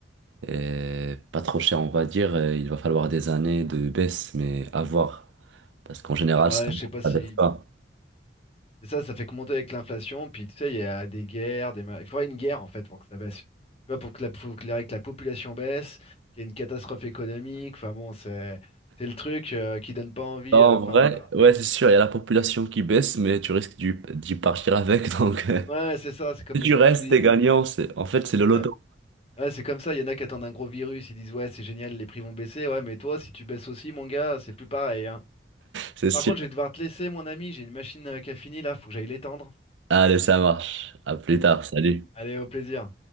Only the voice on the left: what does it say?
Ouais,
je sais pas si.
Et ça, ça fait que monter avec l'inflation, puis tu sais, il y a des guerres, des... ma- il faudrait une guerre en fait pour que ça baisse. Tu vois, pour que la, faut que la, que la population baisse, qu'il y ait une catastrophe économique, enfin bon, c'est c'est le truc euh, qui donne pas envie,
euh, enfin
voilà.
Ouais, c'est ça, c'est comme
le... co-
tous les-
Ouais, ouais c'est comme ça, il y en a qui attendent un gros virus, ils disent ouais, c'est génial, les prix vont baisser, ouais, mais toi, si tu baisses aussi, mon gars, c'est plus pareil, hein.
Par contre, je vais devoir te laisser, mon ami, j'ai une machine euh, qui a fini là, faut que j'aille l'étendre.
Allez, au plaisir.